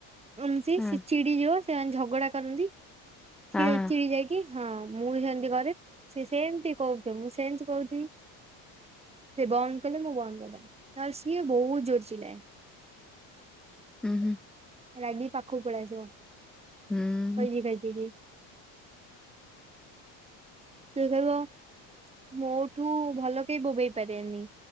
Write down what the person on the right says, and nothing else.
ଉଁ ସେ
ଚିଡି ଯିବ। ସେମାନେ ଝଗଡା କରନ୍ତି।
ସେ ଚିଡ଼ି ଯାଇକି ହଁ, ମୁଁ ସେମତି କରେ ସେ ସେମତି କହୁଥିବ, ମୁଁ ସେମତି କହୁଥିବି। ସେ ବନ୍ଦ କଲେ ମୁଁ ବନ୍ଦ କରିଦେ ନହେଲେ ସିଏ ବହୁତ ଜୋରରେ ଚିଲାଏ।
ରାଗିକି ପାଖକୁ ପଲେଇ ଆସିବ।
<unintelligible> ସେ କହିବ, ମୋଠୁ ଭଲ କେହି ବୋବେଇ ପାରିବେନି।